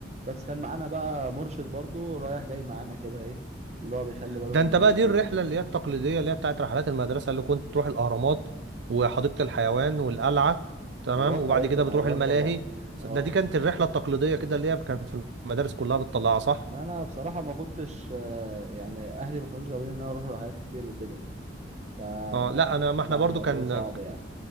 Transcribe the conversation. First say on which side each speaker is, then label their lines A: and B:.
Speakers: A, on the right (about 35°); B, on the right (about 60°).
A: بس كان معانا بقى مرشد برضو رايح جاي معانا كده ايه اللي هو بيخلي باله
B: ده
A: مننا
B: انت بقى
A: وكده
B: دي الرحله اللي هي التقليديه اللي هي بتاعت رحلات المدرسه اللي كنت تروح الاهرامات وحديقه الحيوان والقلعه تمام
A: ورحت
B: وبعد
A: حديقة
B: كده
A: الحيوان
B: بتروح الملاهي
A: طبعا اه
B: ده دي كانت الرحله التقليديه كده اللي هي كانت في المدارس كلها بتطلعها صح
A: ما انا بصراحة ما كنتش آه، يعني اهلي ما كانوش غاويين ان انا اروح رحلات كتير وكده فطبعا
B: اه لا انا ما احنا برضو
A: الموضوع
B: كان
A: صعب يعني